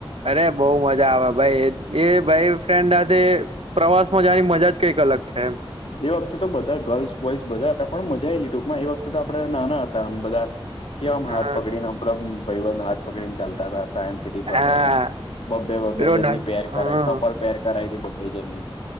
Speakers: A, on the right; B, on the left.
A: અરે બહુ મજા આવે ભાઈ એ ભાઈ ફ્રેન્ડ હાથે પ્રવાસમાં જાની મજા કંઈક અલગ છે એમ
B: એ વખતે તો બધા ગર્લ્સ બોયસ બધા હતા, પણ મજા આયેલી ટૂંકમાં એ વખતે તો આપડે નાના હતા આમ બધા. કેવા આમ
A: હા
B: હાથ પકડીને આપડા ભાઈવંધ હાથ પકડીને ચાલતા હતા, સાયન્સ ફરતા
A: હા
B: હતા, બબ્બે બબ્બે
A: પેલો
B: જનની
A: નાસ
B: પેર
A: હા
B: કરાય, કપલ પેર કરાઈ બબ્બે જનની.